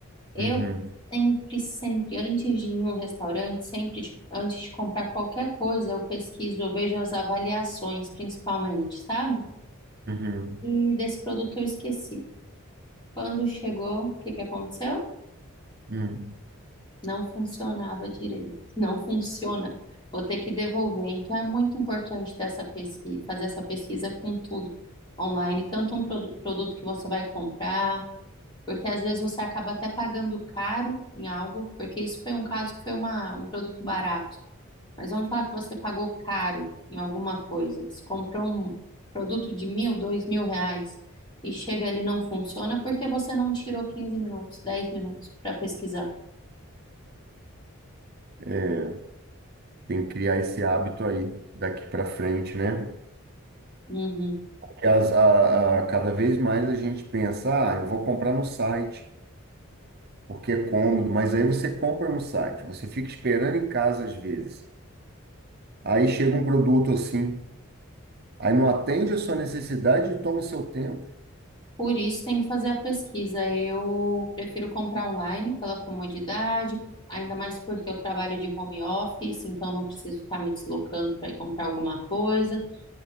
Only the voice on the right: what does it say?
Uhum,
uhum,
uhum.
É, Tem que criar esse hábito aí daqui para frente, né?
que as- a, a- cada vez mais a gente pensa, ah, eu vou comprar no site, porque é cômodo, mas aí você compra no site, você fica esperando em casa às vezes. Aí chega um produto assim, aí não atende a sua necessidade e toma o seu tempo.